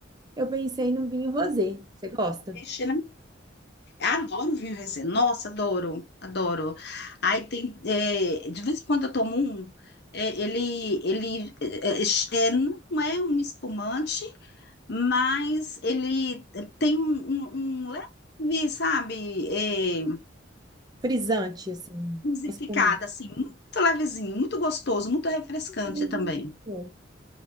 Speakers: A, on the right; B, on the left.
A: Eu pensei num vinho rosé. Você gosta?
B: Peixe, né? Eu Adoro vinho rosé. Nossa, adoro, adoro. Aí tem, é, de vez em quando eu tomo um, é, ele, ele é, é, é, não é um espumante, mas ele é, tem um, um um leve, sabe, é,
A: Frisante, assim,
B: intensificado,
A: mais comum.
B: assim, muito levezinho, muito gostoso, muito refrescante
A: Que delícia.
B: também.